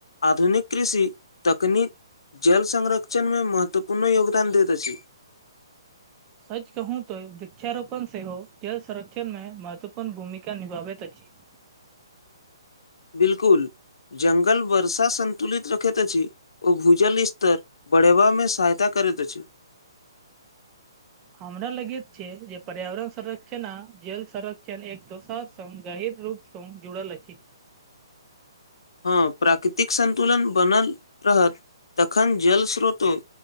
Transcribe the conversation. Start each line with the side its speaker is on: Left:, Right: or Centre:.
Left: आधुनिक कृषि तकनीक जल संरक्षणमे महत्वपूर्ण योगदान दैत अछि
Right: सच कहू तो वृक्षारोपण सेहो जल संरक्षण में महत्वपूर्ण भूमिका निभाबैत अछि
Left: बिल्कुल जङ्गल वर्षा सन्तुलित रखैत अछि ओ भूजल स्तर बढ़ेबामे सहायता करैत अछि
Right: हमरा लगैत छै जे पर्यावरण संरक्षण आ जल संरक्षण एक दोसर स गहीर रूप सङ्ग जुड़ल छी
Left: हँ प्राकृतिक संन्तुलन बनल रहत तखन जल स्रोतो